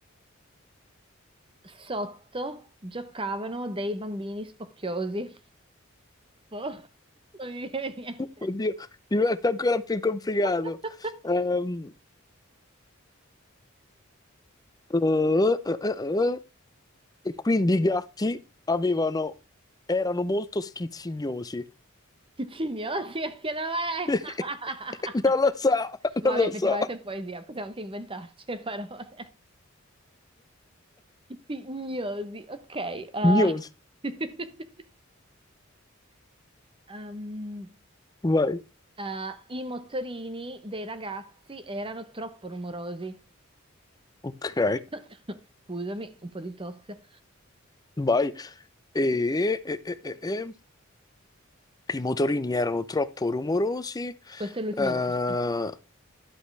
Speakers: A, on the right (about 25°); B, on the left (about 20°).
A: Sotto giocavano dei bambini spocchiosi. Boh, non mi viene niente.
B: Oddio, diventa ancora più complicato.
A: <laughs>
B: Ehm, eh, eh, eh, eh. E quindi i gatti avevano, erano molto schizzignosi.
A: Ticignosi, che nome
B: <laughs>
A: è? <laughs>
B: Non lo so,
A: Vabbè,
B: non lo
A: effettivamente
B: so.
A: è poesia, possiamo anche inventarci le parole. Ticignosi, ok. ah.
B: Gnosi.
A: <laughs> Um,
B: Vai.
A: ah, i motorini dei ragazzi erano troppo rumorosi.
B: Ok,
A: <coughs> Scusami, un po' di tosse.
B: vai. E, e- e- e- e. I motorini erano troppo rumorosi,
A: Questo è l'ultimo
B: eh,
A: verso.